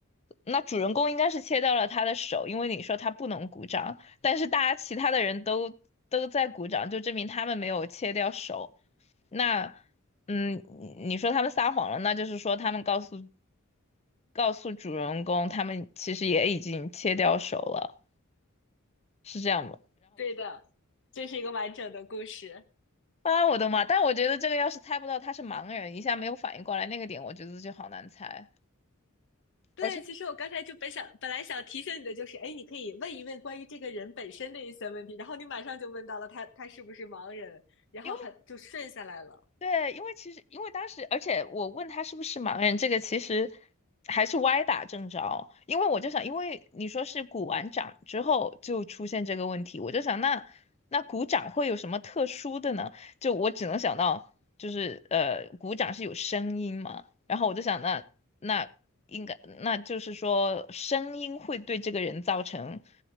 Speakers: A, on the left (about 30°); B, on the left (about 55°).
A: 那主人公应该是切掉了他的手，因为你说他不能鼓掌，但是大家其他的人都都在鼓掌，就证明他们没有切掉手。那，嗯，你你说他们撒谎了，那就是说他们告诉告诉主人公，他们其实也已经切掉手了，是这样吗？
B: 对的，这是一个完整的故事。
A: 啊，我的妈！但我觉得这个要是猜不到他是盲人，一下没有反应过来那个点，我觉得就好难猜。
B: 对，
A: 而且
B: 其实我刚才就本想，本来想提醒你的就是，哎，你可以问一问关于这个人本身的一些问题，然后你马上就问到了他，他是不是盲人，然后很就顺下来了。
A: 因为对，因为其实因为当时，而且我问他是不是盲人，这个其实还是歪打正着。因为我就想，因为你说是鼓完掌之后就出现这个问题，我就想那那鼓掌会有什么特殊的呢？就我只能想到就是呃，鼓掌是有声音嘛，然后我就想那那应该那就是说声音会对这个人造成